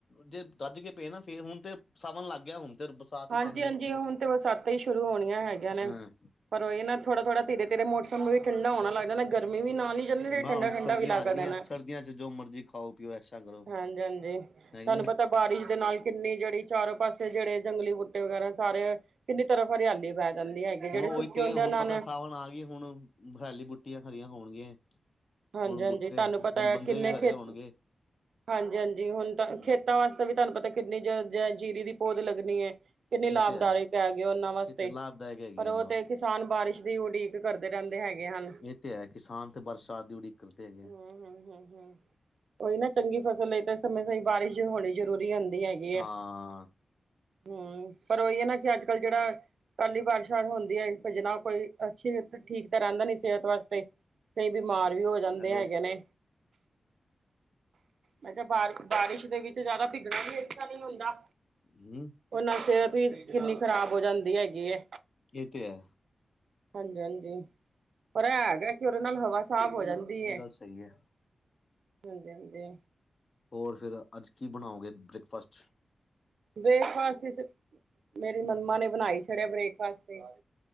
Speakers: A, on the left; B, on the right.
A: ਜੇ ਰੱਜ ਕੇ ਪਏ ਨਾ ਫੇਰ ਹੁਣ ਤੇ ਸਾਵਨ ਲੱਗ ਗਿਆ ਹੁਣ ਤੇ ਬਰਸਾਤ
B: ਹਾਂਜੀ
A: ਹੀ ਪੈਣੀ
B: ਹਾਂਜੀ
A: ਹੈ
B: ਹੁਣ ਤੇ ਬਰਸਾਤੀ ਈ ਸ਼ੁਰੂ ਹੋਣੀਆਂ ਹੈਗੀਆਂ ਨੇ,
A: ਹਾਂ
B: ਪਰ ਉਹੀ ਐ ਨਾ ਥੋੜਾ ਥੋੜਾ ਧੀਰੇ ਤੇਰੇ ਮੌਸਮ ਵੀ ਠੰਡਾ ਹੋਣਾ ਲੱਗਦਾ ਨਾ। ਗਰਮੀ ਵੀ ਨਾਲ ਈ ਜਾਂਦੇ ਤੇ
A: ਬਸ
B: ਠੰਡਾ
A: ਹੁਣ
B: ਠੰਡਾ
A: ਸਰਦੀਆਂ
B: ਵੀ ਇਲਾਕਾ
A: ਆ ਜਾਣੀਆਂ
B: ਰਹਿਣਾ,
A: ਸਰਦੀਆਂ ਚ ਜੋ ਮਰਜ਼ੀ ਖਾਓ ਪੀਓ ਐਸਾ ਕਰੋ
B: ਹਾਂਜੀ-ਹਾਂਜੀ।
A: ਹੈਗੀ
B: ਤੁਹਾਨੂੰ
A: ਨੀ
B: ਪਤਾ ਬਾਰਿਸ਼ ਦੇ ਨਾਲ ਕਿੰਨੀ ਜਿਹੜੀ ਚਾਰੋਂ ਪਾਸੇ ਜਿਹੜੇ ਜੰਗਲੀ ਬੂਟੇ ਵਗੈਰਾ ਸਾਰੇ, ਕਿੰਨੀ ਤਰ੍ਹਾਂ ਹਰਿਆਲੀ ਪੈ ਜਾਂਦੀ ਹੈਗੀ। ਜਿਹੜੇ
A: ਹੁਣ ਉਹੀ
B: ਸੁੱਕੇ
A: ਤੇ
B: ਹੁੰਦੇ
A: ਹੁਣ
B: ਉਹਨਾਂ
A: ਪਤਾ
B: ਨੇ
A: ਸਾਵਣ ਆ ਗਈ ਹੁਣ ਹਰਿਆਲੀ ਬੂਟੀਆਂ ਖਰੀਆਂ ਹੋਣਗੀਆਂ।
B: ਹਾਂਜੀ-ਹਾਂਜੀ,
A: ਹੁਣ ਬੂਟੇ
B: ਤੁਹਾਨੂੰ
A: ਹੁਣ
B: ਪਤਾ ਐ
A: ਬੰਦੇ
B: ਕਿਨੇ
A: ਵੀ ਹਰੇ
B: ਖੇਤ
A: ਹੋਣਗੇ
B: ਹਾਂਜੀ-ਹਾਂਜੀ ਹੁਣ ਤਾਂ
A: ਹੂੰ
B: ਖੇਤਾਂ ਵਾਸਤੇ ਵੀ ਤੁਹਾਨੂੰ ਪਤਾ ਕਿੰਨੀ ਜ ਜ ਜੀਰੀ ਦੀ ਪੋਦ ਲੱਗਣੀ ਐ। ਕਿੰਨੀ ਲਾਭਦਾਇਕ
A: ਇਹ ਤੇ ਹੈ
B: ਹੈਗੇ ਉਹਨਾਂ ਵਾਸਤੇ,
A: ਇਹ ਤੇ ਲਾਭਦਾਇਕ ਹੈਗੀ
B: ਪਰ
A: ਆ
B: ਉਹ
A: ਨਾ
B: ਤੇ ਕਿਸਾਨ ਬਾਰਿਸ਼ ਦੀ ਉਡੀਕ ਕਰਦੇ ਰਹਿੰਦੇ ਹੈਗੇ ਹਨ,
A: ਇਹ ਤੇ ਹੈ ਕਿਸਾਨ ਤੇ ਬਰਸਾਤ ਦੀ ਉਡੀਕ ਕਰਦੇ ਹੈਗੇ ਆ
B: ਹੂੰ-ਹੂੰ-ਹੂੰ-ਹੂੰ। ਉਹੀ ਨਾ ਚੰਗੀ ਫਸਲ ਲਈ ਤਾਂ ਸਮੇਂ ਸਿਰ ਬਾਰਿਸ਼ ਹੋਣੀ ਜ਼ਰੂਰੀ ਹੁੰਦੀ ਹੈ। ਹੈਗੀ
A: ਹਾਂ।
B: ਹੂੰ ਪਰ ਉਹੀ ਐ ਨਾ ਕਿ ਅੱਜ ਕੱਲ੍ਹ ਜਿਹੜਾ, ਕਾਲੀ ਬਾਰਿਸ਼ਾਂ ਹੁੰਦੀ ਐ ਪਜਨਾ ਕੋਈ। ਅੱਛਾ ਠੀਕ ਤਾਂ ਰਹਿੰਦਾ ਨੀ ਸਿਹਤ ਵਾਸਤੇ, ਕਈ ਬਿਮਾਰ ਵੀ ਹੋ ਜਾਂਦੇ
A: ਹੈਲੋ।
B: ਹੈਗੇ ਨੇ ਮੈਂ ਕਿਹਾ ਬਾਰ ਬਾਰਿਸ਼ ਦੇ ਵਿੱਚ ਜ਼ਿਆਦਾ ਭਿੱਗਣਾ ਵੀ ਅੱਛਾ ਨੀ ਹੁੰਦਾ।
A: ਹੂੰ,
B: ਉਹ ਨਾਲ ਸਿਹਤ ਵੀ ਕਿੰਨੀ ਖ਼ਰਾਬ ਹੋ ਜਾਂਦੀ ਹੈਗੀ ਐ।
A: ਐ ਤੇ ਹੈ।
B: ਹਾਂਜੀ-ਹਾਂਜੀ, ਪਰ ਐ ਹੈਗਾ ਕਿ ਉਹਦੇ ਨਾਲ ਹਵਾ ਸਾਫ਼ ਹੋ ਜਾਂਦੀ। ਹੈ
A: ਐ ਗੱਲ ਸਹੀ ਐ।
B: ਹਾਂਜੀ ਹਾਂਜੀ।
A: ਹੋਰ ਫੇਰ ਅੱਜ ਕੀ ਬਣਾਓਗੇ ਬ੍ਰੇਕਫਾਸਟ 'ਚ?
B: ਬ੍ਰੇਕਫਾਸਟ 'ਚ ਮੇਰੀ ਮੰਮਾ ਨੇ ਬਣਾ ਈ ਛਡਿਆ, ਬ੍ਰੇਕਫਾਸਟ 'ਤੇ।